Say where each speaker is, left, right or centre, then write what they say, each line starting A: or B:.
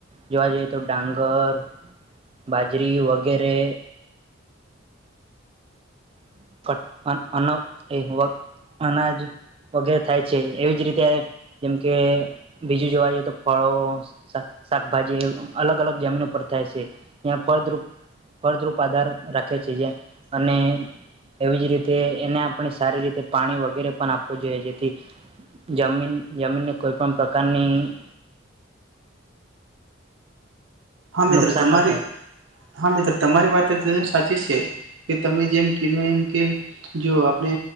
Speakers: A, on the right; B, on the right.
A: જોવા જઈએ તો ડાંગર બાજરી વગેરે <unintelligible> અન એહવાટ અનાજ વગેરે થાય છે. એવી જ રીતે જેમકે બીજું જોવા જઈએ તો ફળો સ-શાક-શાકભાજી અલગ અલગ જમીન પર થાય છે ઈયા ફળદુપ ફળદ્રુપ આધાર રાખે છે જે અને એવી જ રીતે એને આપણે સારી રીતે પાણી વગેરે પણ આપવું જોઈએ જેથી જમીન જમીનને કોઈ પણ પ્રકારની <inaudible>
B: હા મિત્રો
A: નુકસાન
B: તમારી
A: ન થાય
B: <inaudible> હા મિત્રો તમારી વાત તજ સાચી છે કે તમે જેમ કીધું એમ કે જો આપણે